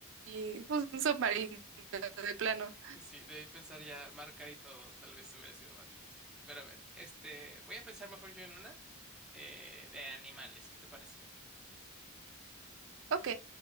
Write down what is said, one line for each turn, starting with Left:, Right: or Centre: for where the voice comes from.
Right: sí, pues, un submarino de plano.
Centre: Sí, debí pensar ya marca y todo, tal vez hubiera sido más difícil. Pero a ver, este, voy a pensar mejor yo en una eh, de animales, ¿qué te parece?
Right: Ok,